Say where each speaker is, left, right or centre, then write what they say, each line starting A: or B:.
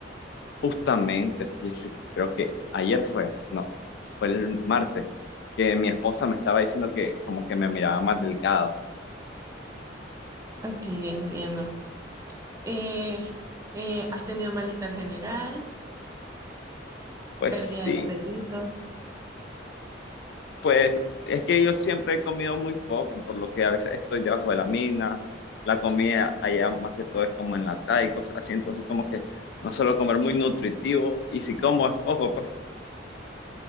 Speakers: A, on the left (about 65°); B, on the right (about 15°).
A: Justamente, fíjese que creo que ayer fue, no, fue el martes, que mi esposa me estaba diciendo que como que me miraba más delgado.
B: Ok, entiendo. Eh, eh, ¿has tenido malestar general,
A: Pues
B: pérdida
A: sí,
B: del apetito?
A: Pues es que yo siempre he comido muy poco, por lo que a veces estoy debajo de la mina, la comida allá más que todo es como enlatada y cosas así, entonces como que no suelo comer muy nutritivo y si como es poco, pues,